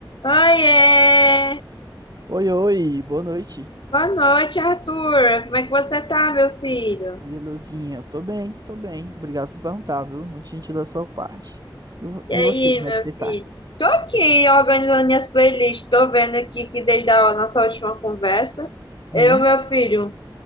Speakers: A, on the left; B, on the right.
A: Oiê!
B: Oi, oi, boa noite.
A: Boa noite, Arthur. Como é que você tá, meu filho?
B: Oi, Luzinha, eu tô bem, tô bem. Obrigado por perguntar, viu? Muito gentil da sua parte. E, vo-
A: E
B: e
A: aí,
B: você, como
A: meu
B: é que você tá?
A: filho? Tô aqui organizando minhas playlists. Tô vendo aqui que desde a nossa última conversa, eu,
B: Hum?
A: meu filho,